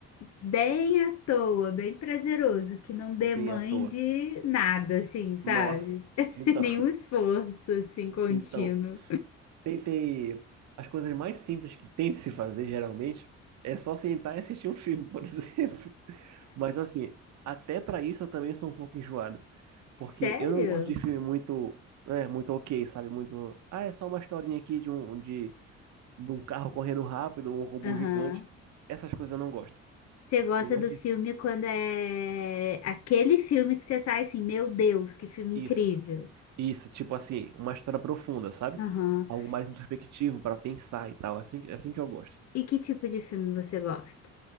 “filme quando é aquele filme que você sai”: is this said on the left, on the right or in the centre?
Left